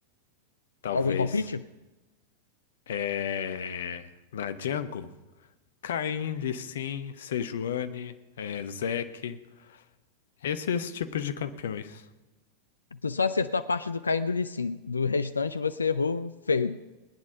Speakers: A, on the left; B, on the left.
A: talvez.
B: Algum palpite?
A: É... Na jungle, Kayn, Lee Sin, Sejuani, é, Zeke, esses tipos de campeões.
B: Tu só acertou a parte do caindo do Lee Sin. Do restante você errou feio.